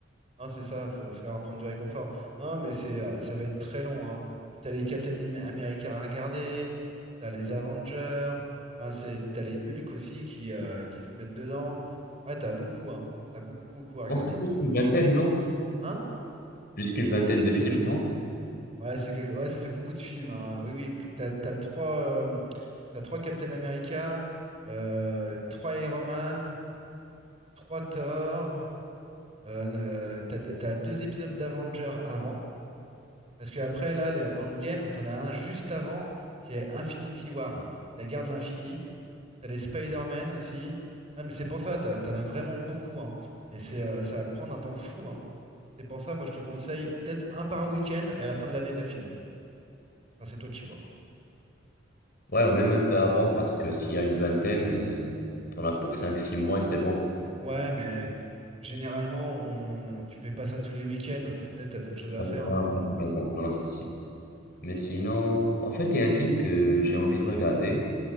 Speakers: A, on the right; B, on the left.
A: Hein, c'est ça, faut faire prendre du réconfort. Non, mais c'est, euh, ça va être très long, hein. Puis t'as les Captain Am- America à regarder, t'as les Avengers, enfin, c'est, t'as les Hulk aussi qui, euh, qui se mettent dedans. Ouais, t'as beaucoup, hein. T'as beaucoup, beaucoup à regarder.
B: Non, c'est plus qu'une vingtaine, non?
A: Hein
B: Plus qu'une vingtaine de films, non?
A: Ouais, c'est quel- ouais, ça fait beaucoup de films. hein. Oui, oui, p- t'as, t'as trois, euh, t'as trois Captain America, euh, trois Iron Man, trois Thor. Euh, euh, t'as, des- t'as deux épisodes d'Avengers avant. Parce que après, là, le Endgame, t'en as un juste avant qui est Infinity War, la guerre de l'infini. T'as les Spider-Man aussi. Ah, mais c'est pour ça, t'as- t'en as vraiment beaucoup. hein. Et c'est, euh, ça va te prendre un temps fou. hein. C'est pour ça, moi, je te conseille peut-être un par week-end et à la fin de l'année, t'as fini. Enfin, c'est toi qui vois.
B: Ouais, ou même un peu avant, parce que s'il y a une vingtaine, euh, t'en as pour cinq, six mois, et c'est bon.
A: Ouais, mais généralement, on... tu fais pas ça tous les week-ends. Tu sais, t'as d'autres choses à
B: Ouais,
A: faire.
B: ouais,
A: hein.
B: t'as raison. Non, non, c'est si. Mais sinon,
A: Donc-
B: en fait, il y a un film que j'ai envie de regarder.